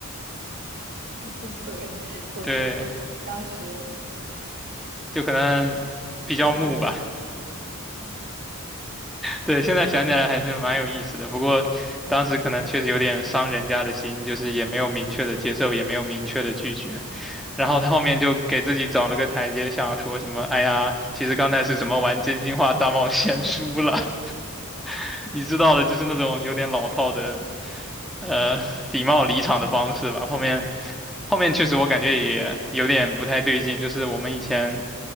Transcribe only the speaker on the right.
<laughs> 对，除除当时
情为何物，